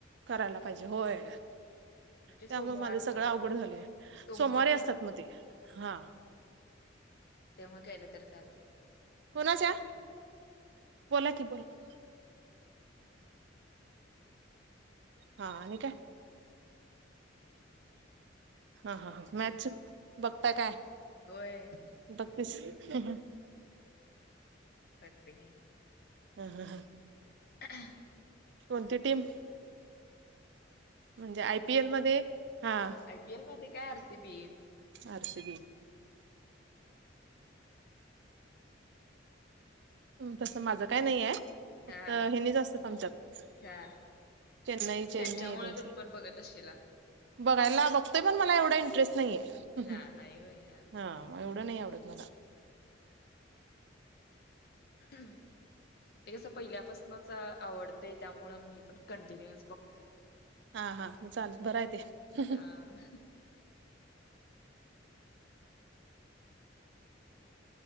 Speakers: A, on the right; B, on the left.
A: करायला पाहिजे. होय.
B: म्हणजे सोमवारच
A: त्यामुळे माझं सगळं अवघड झालय.
B: सोमवारच
A: सोमवारी असतात
B: असते
A: मग ते हा.
B: तेव्हा केलं तर चालतय.
A: कुणाचा? बोला की बोला. हा आणि काय?
B: आणि काहीनाही.
A: हा. हा. हा. मॅचच बघताय काय?
B: होय.
A: बघतीस हं.
B: बघते की.
A: ह हा ह.
B: ह
A: कोणती टीम?
B: बर
A: म्हणजे आय पी एल मध्ये, हा.
B: पी एल मध्ये का R C B?
A: R C B. तसं माझं काय नाही आहे. फक्त
B: हा
A: हेनी जा असतं आमच्यात.
B: हा
A: चेन्नई चेन्नईए
B: त्यांच्यामुळे
A: त्यांची.
B: तुम्ही पण बघत असशीला
A: बघायला बघते पण मला एवढा इंटरेस्ट नाहीेए. हं.
B: हा नाही होय हा
A: एवढं नाही आवडत मला.
B: हम्म ते कसं पहिल्यापासूनच आवडते त्यामुळ मी पण कंटिन्युअस बघते ते.
A: हा हा मग चाल
B: हं.
A: बरं आहे ते
B: हां. हम्म.